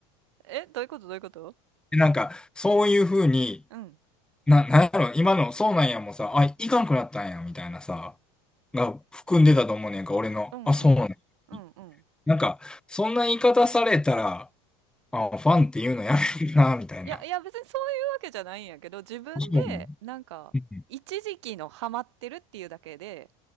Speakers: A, on the right; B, in the centre.
A: え、どういうことどういうこと
B: なんか、そういうふうに、
A: うん。
B: な、なんやろ、今の、そうなんやもさ、あ、いかんくなったんや、みたいなさ、が含んでたと思うねんか、俺の、
A: うんうん。
B: あ、そうなんや。
A: うんうん。
B: なんか、そんな言い方されたら、あ、ファンっていうのやめるな、みたいな。
A: いや、いや別にそういうわけじゃないんやけど、自分で、
B: あそうなの
A: なんか、
B: うん
A: 一時期のハマってるっていうだけで、